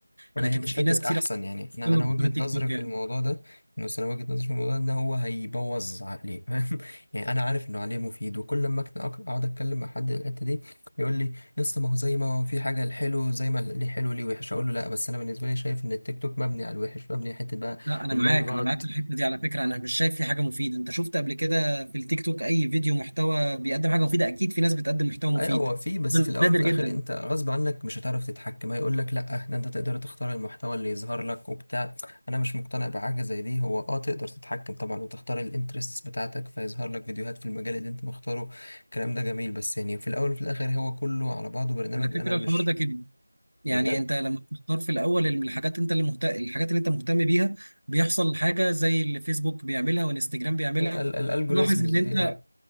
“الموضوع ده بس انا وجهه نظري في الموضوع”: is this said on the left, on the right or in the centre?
Left